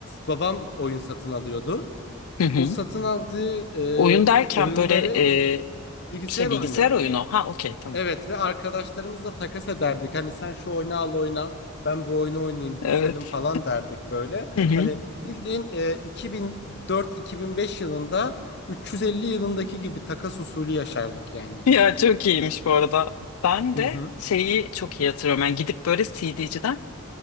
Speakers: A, on the left (about 50°); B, on the left (about 80°).
A: babam oyun satın alıyordu.
B: hı hı.
A: O satın aldığı
B: Oyun
A: e,
B: derken
A: oyunları
B: böyle e,
A: bilgisayar
B: şey
A: oyunu.
B: bilgisayar oyunu. Ha okey tamam.
A: Evet ve arkadaşlarımızla takas ederdik. Hani sen şu oyunu al oyna, ben bu oyunu oynayayım, bitirelim
B: Evet.
A: falan derdik böyle.
B: Hı hı.
A: Hani bildiğin e, 2004-2005 yılında 350 yılındaki gibi takas usulü yaşardık yani.
B: <laughs> Ya çok iyiymiş bu arada. Ben
A: Hı
B: de
A: hı.
B: şeyi çok iyi hatırlıyorum. Yani gidip böyle CD'ciden